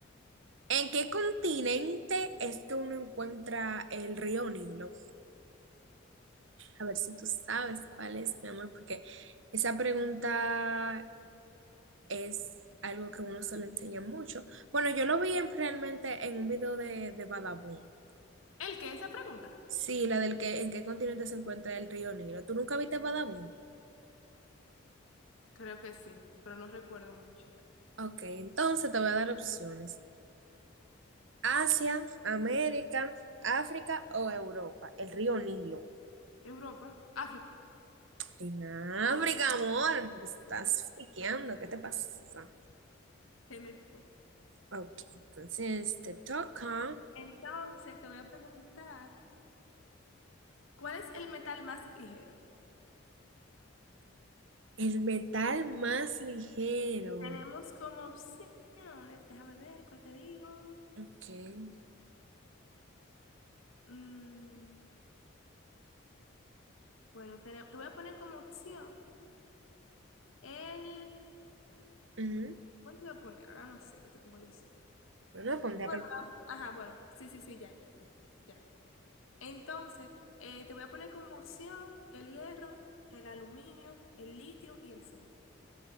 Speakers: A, on the right; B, on the left.
A: ¿en qué continente es que uno encuentra el río Nilo? A ver si tú sabes cuál es, mi amor, porque esa pregunta es algo que uno se lo enseña mucho. Bueno, yo lo vi en- realmente en un video de, de Badabun.
B: ¿El qué? Esa pregunta.
A: Sí, la del que en qué continente se encuentra el río Nilo. ¿Tú nunca viste Badabun?
B: Creo que sí, pero no recuerdo mucho.
A: Ok, entonces te voy a dar opciones. Asia, América, África o Europa. El río Nilo.
B: Europa, África,
A: En África, amor, te estás fiqueando, ¿qué te pasa?
B: se me fue.
A: Ok, entonces te toca.
B: Entonces te voy a preguntar, ¿cuál es el metal más ligero?
A: El metal más ligero.
B: Tenemos como opciones, déjame ver cuál te digo.
A: Ok.
B: Mm, bueno, tene- te, voy a poner como opción el...
A: Ujú.
B: ¿Cuánto voy a poner? Ahora no sé, no te pongo yo sé.
A: Bueno, ponte
B: Bueno,
A: a pensar.
B: la- ajá, bueno, sí, sí, sí, ya, ya, ya, ya. Entonces, eh, te voy a poner como opción el hierro, el aluminio, el litio y el sodio.